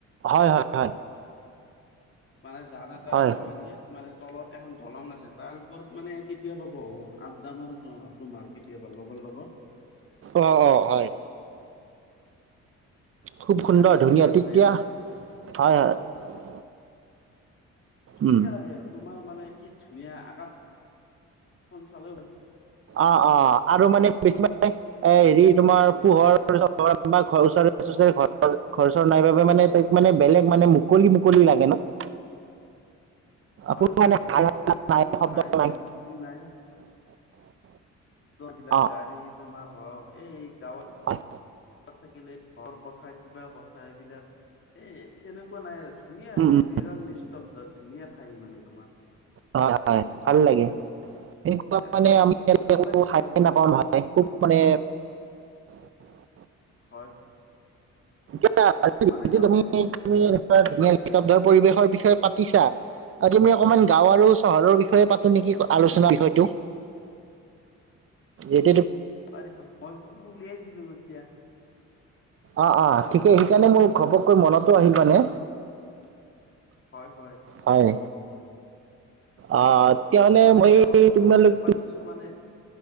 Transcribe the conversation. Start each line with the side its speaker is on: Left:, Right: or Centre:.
Right: হয়, হয়, হয়।
Left: মানে জান এটা
Right: হয়
Left: আছে আমাৰ ইয়াত, মানে তলত এখন দলং আছে। তাৰ ওপৰত মানে কেতিয়াবা বহু আড্ডা মাৰো তোমাৰ কেতিয়াবা লগৰ লগত।
Right: অ', অ', হয়। খুব সুন্দৰ
Left: আজি
Right: ধুনীয়া তিতিয়া
Left: মানে
Right: হয়, হয়।
Left: ধুনীয়া
Right: উম
Left: লাগে আৰু তোমাৰ মানে কি ধুনীয়া আকাশখন চালে
Right: অ', অ', আৰু মানে বেছিমানে এ হেৰি তোমাৰ
Left: গছনিবিলাকত
Right: পোহৰ বা ঘৰ ওচৰ <unintelligible> ঘৰ চৰ নাই বাবে মানে তাত বেলেগ মানে মুকলি মুকলি লাগে ন'?
Left: হয়,
Right: কোনো
Left: হয়,
Right: মানে হাই হাল্লা নাই
Left: কোনো
Right: শব্দ
Left: হাই হুলস্থূল
Right: নাই
Left: নাই।
Right: <inaudible>
Left: বিলাক
Right: অ
Left: গাড়ী তোমাৰ হওঁক এই গাঁৱত
Right: হয়
Left: থাকিলে ঘৰ কথা কিবা কথা এইবিলাক এ তেনেকুৱা নাই আৰু ধুনীয়া
Right: উম
Left: আৰু
Right: উম
Left: নিৰল নিস্তব্ধ, ধুনীয়া ঠাই মানে তোমাৰ।
Right: হয়, হয়, ভাল লাগে। সে
Left: এ ভাল
Right: আমি <unintelligible>
Left: ভাল লাগিছে আজি মানে
Right: খুব মানে <inaudible>
Left: হয়।
Right: <unintelligible>
Left: মানে গাঁৱত এইটো পৰিৱেশ
Right: পৰিবেশৰ বিষয়ে পাতিছা? আজি আমি অকণমান গাওঁ আৰু চহৰৰ বিষয়ে পাতোঁ নেকি? আলোচনাৰ বিষয়টো। এই
Left: <unintelligible> উলিয়াই দিলোঁ এতিয়া।
Right: অ, অ,
Left: হয়
Right: ঠিকে,
Left: হয়
Right: সেইকাৰণে মোৰ ঘপককৈ মনতো আহিল মানে।
Left: হয়। হয়
Right: হয়। অ, <unintelligible>
Left: মানে গাঁৱৰ কথা
Right: তুমি
Left: যেতিয়া
Right: অলপ
Left: পাতিছো মানে